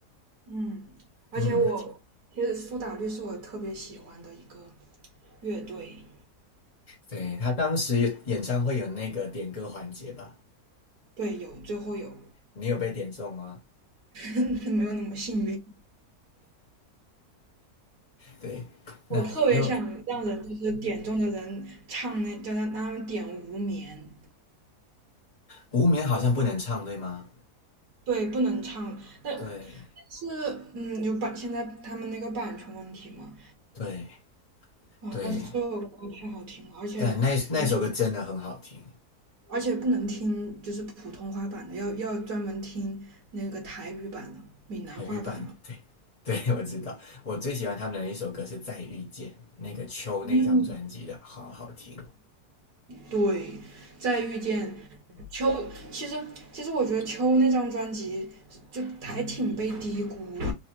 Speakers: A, on the right (about 80°); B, on the left (about 30°).
A: 嗯，而且我其实苏打绿是我特别喜欢的一个
B: 嗯，
A: 乐队，
B: 对，他当时有演唱会有那个点歌环节吧？
A: 对，有最后有，
B: 你有被点中吗？
A: <laughs> 没有那么幸运。
B: 对，那因为
A: 我特别想让人就是点中的人唱那，叫他让他们点无眠。
B: 无眠好像不能唱，对吗？
A: 对，不能唱。
B: 对
A: 但。是，嗯，有版，现在他们那个版权问题嘛，
B: 对
A: 啊，
B: 对，
A: 但是这首歌太好听了，而且，
B: 但那那首歌真的很好听。
A: 而且，而且不能听就是普通话版的，要要专门听那个台语版的、闽南话版的。
B: 海芋棒，对 <laughs> 对，我知道。我最喜欢他们的一首歌是《再遇见》，那个秋那张专辑的，
A: 嗯，
B: 好好听。
A: 对，再遇见秋，其实其实我觉得秋那张专辑就还挺被低估的，